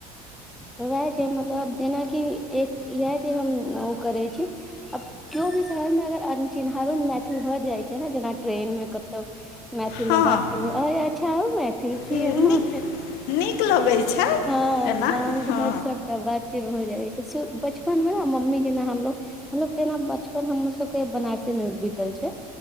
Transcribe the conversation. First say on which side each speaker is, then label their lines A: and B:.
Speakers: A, in the centre; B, on the left (about 60°).
A: तऽ उएह छैय मतलब जेनाकि एक इएह छैय हम ओ करेैय छी। अब कीओ भी शहर मे अगर अनचिन्हारो मैथिल भऽ जाइ छैय न जेना ट्रेन मे कत तऽ मैथिल
B: हँ
A: मे बात केलौ अरे अच्छा अहु मै थिल छियै
B: नीक
A: हम
B: नीक लगै छै
A: हँ
B: एना
A: गाँव
B: हँ
A: घर सब तऽ बड चिज भऽ जाय छैय सु बचपन मे न मम्मी जेना हमलोग हमरा तऽ ऐना बचपन हमरो सबके बनारसे मे बीतल छै